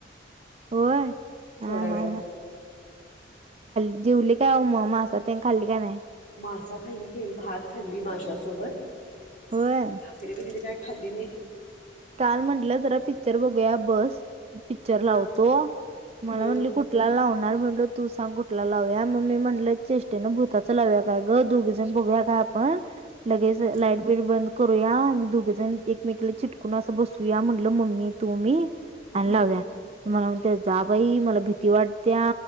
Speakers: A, on the right; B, on the left.
A: होय हा
B: थोड्या
A: हा
B: वेळ
A: जेवले काय ओ मग मासा तेन खाल्ली का नाही
B: मासा खाल्ली कि भात खाल्ली मासा सोबत
A: होय
B: भाकरी भिकरी काय खाल्लि नाही
A: काल म्हटलं जरा पिक्चर बघूया बस पिक्चर
B: हा
A: लावतो मला
B: हा
A: म्हंटली कुठला लावण णार म्हणल तू सांग कुठला लावूया मग मी म्हटलं चेष्टेन भूताचं लावुया काय ग दोघीजण बघुया का आपण लगेच
B: हम्म
A: लाइट बीड बंद. करूया आणि दोघे जण एकमेकला चिट कुणा असं बसूया म्हटलं मम्मी तुम्ही
B: हम्म.
A: आण लावूया जा बाई मला भीती वाट त्या